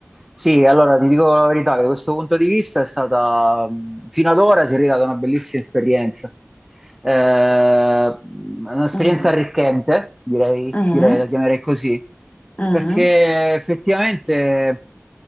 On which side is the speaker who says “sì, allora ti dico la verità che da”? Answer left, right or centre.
Centre